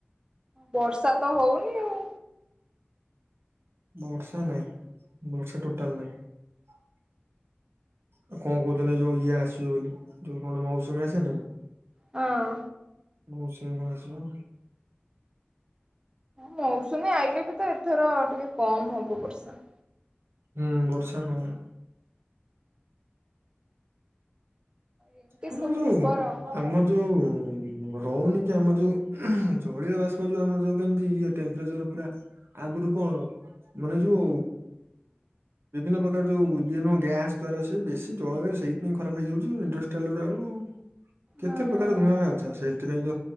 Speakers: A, on the right (about 20°); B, on the right (about 75°).
A: ବର୍ଷା ତ ହଉନି। ଆଉ
B: ବର୍ଷା ନାଇଁ ବର୍ଷା ଟୋଟାଲ ନାହିଁ। ଆଉ କଣ କହୁଛନ୍ତି ଯୋଉ ଇଏ ଆସିବେ ବୋଲି ଯୋଉ କଣ ମୌସୁମୀ ଆସେ ନେଇ।
A: ହଁ।
B: ମୌସୁମୀ କଣ ଆସିବ।
A: ମୌସୁମୀ ଆଇଲେ ବି ତ ଏଥର ଟିକେ କମ ହବ ବର୍ଷା।
B: ହୁଁ ବର୍ଷା କମ୍
A: ଏମିତି
B: ହୁଁ
A: ସବୁ
B: ହୁଁ।
A: ଖବର ଆଉ
B: ଆମର ଯଉ ରହୁନି କି ଆମର ଯୋଉ ଜଳୀୟ ବାଷ୍ପ ଯେଉ ଆମର ଯୋଉ କେମିତି ଇଏ ଟେ ତେମ୍ପ୍ରେଚର ପୁରା ଆଗରୁ କଣ ମାନେ ଯୋଉ ବିଭିନ୍ନ ପ୍ରକାର ଯୋଉ ଇଏ ନୁହଁ ଗ୍ୟାସ ଦ୍ଵାରା ସେ ବେଶୀ ଜଳ ସେଇଥିପାଇଁ ଖରାପ ହେଇଯାଉଛି ଇଣ୍ଡଷ୍ଟ୍ରି <unintelligible> କେତେ
A: ହଁ।
B: ପ୍ରକାର ଧୂଆଁ ବାହାରୁଚି ଆଉ ସେଥିପାଇଁ ତ